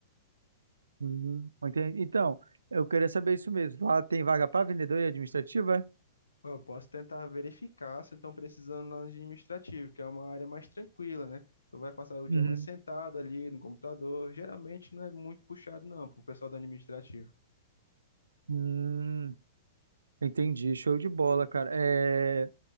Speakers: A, on the right; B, on the left.
A: Uhum, entendi. Então, eu queria saber isso mesmo. Lá tem vaga para vendedor e administrativa? é?
B: Eu posso tentar verificar se estão precisando na administrativa, que é uma área mais tranquila, né? Tu vai passar o dia
A: Uhum.
B: mais sentado ali no computador. Geralmente não é muito puxado, não, pro pessoal do administrativo.
A: Hum, entendi, show de bola, cara. É,